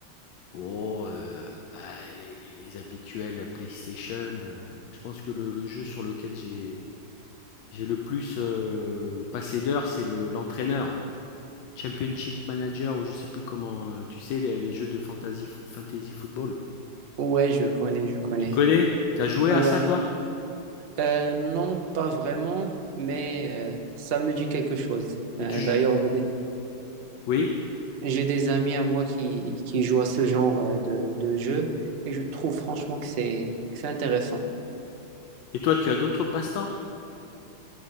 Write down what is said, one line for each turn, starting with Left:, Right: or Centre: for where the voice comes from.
Left: oh, euh, bah, les, les- les habituels PlayStation. euh, je pense que le, le jeu sur lequel j'ai j'ai le plus euh, passé d'heures, c'est le, l'entraîneur. Championship Manager ou je sais plus comment, euh, tu sais, les, les jeux de fantasy, fantasy football.
Right: Ouais, je connais, je connais.
Left: Tu connais? T'as joué
Right: Ouais.
Left: à ça, toi?
Right: Euh, non, pas vraiment, mais euh, ça me dit quelque chose.
Left: Et
Right: Euh,
Left: tu,
Right: d'ailleurs, j'ai des,
Left: oui?
Right: j'ai des amis à moi qui, qui jouent à ce genre euh, de, de jeu et je trouve franchement que c'est que c'est intéressant.
Left: Et toi, tu as d'autres passe-temps?